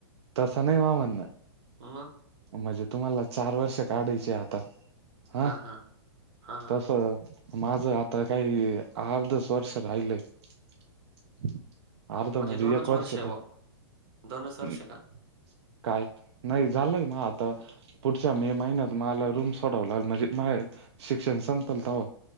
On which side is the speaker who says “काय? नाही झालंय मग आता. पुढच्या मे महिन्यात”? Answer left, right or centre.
Right